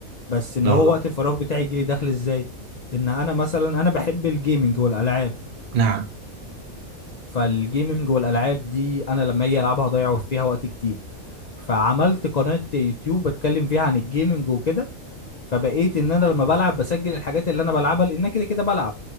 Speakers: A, on the left; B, on the right.
A: بس ان
B: لا
A: هو
B: لا
A: وقت الفراغ بتاعي يجي لي دخل ازاي ان انا مثلا انا بحب الجيمنج والالعاب
B: نعم
A: فالجيمنج والالعاب دي انا لما اجي العبها هضيع فيها وقت كتير فعملت قناه يوتيوب بتكلم فيها عن الجيمنج وكده فبقيت ان انا لما بلعب بسجل الحاجات اللي انا بلعبها لان أنا كده كده بلعب